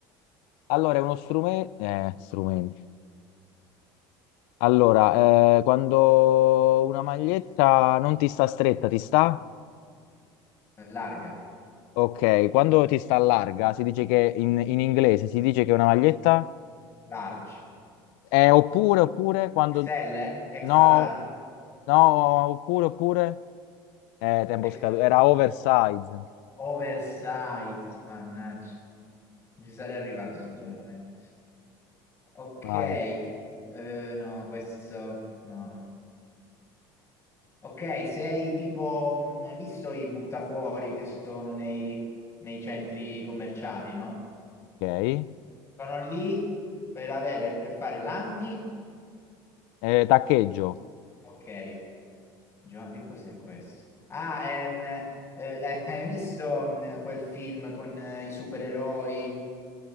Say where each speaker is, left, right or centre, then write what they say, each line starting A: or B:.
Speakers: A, on the left (about 80°); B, on the left (about 25°).
A: Allora, è uno strumento... Eh, strumento. Allora, eh, quando una maglietta non ti sta stretta, ti sta?
B: larga,
A: Ok. Quando ti sta larga, si dice che in, in inglese si dice che è una maglietta...
B: large,
A: Eh, oppure, oppure, quando...
B: XL, extra
A: No,
B: large,
A: no, oppure, oppure... Eh, tempo
B: XL.
A: scaduto. Era oversize.
B: Oversize, mannaggia. Non ci sarei arrivato, sinceramente. Ok,
A: Vai.
B: eh, no, questo no. Ok, sei tipo, mh, visto i buttafuori che sono nei, nei centri commerciali, no?
A: Ok.
B: Sono lì per avere, per fare l'anti.
A: Eh, taccheggio.
B: Ok, Gio- che cos'è questo? Ah, ehm, eh, hai visto mh, quel film con eh, i supereroi